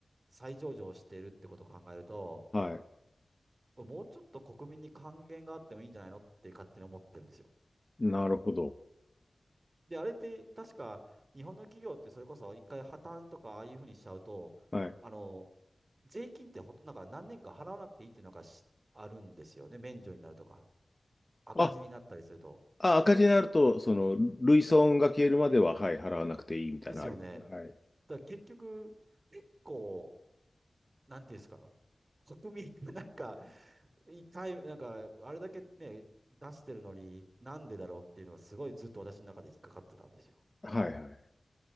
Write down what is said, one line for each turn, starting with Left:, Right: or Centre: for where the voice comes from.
Right: 再上場してるってことを考えると、
Left: はい、
Right: もうちょっと国民に還元があってもいいんじゃないのって勝手に思ってるんですよ。
Left: なるほど。
Right: で、あれって確か日本の企業ってそれこそ一回破綻とかああいうふうにしちゃうと、
Left: はい。
Right: あの、税金ってほとんどなんか何年か払わなくていいっていうのがしあるんですよね、免除になるとか。赤字になったりすると。
Left: あ、あ、赤字になると、その、類損が消えるまでは、はい、払わなくていいみたいなのあり。
Right: ですよね。
Left: はい。
Right: だから結局、結構、なんていうんですか、国民がなんか、一回、なんか、あれだけね、出してるのに、なんでだろうっていうのがすごいずっと私の中で引っかかってたんですよ。
Left: はいはい。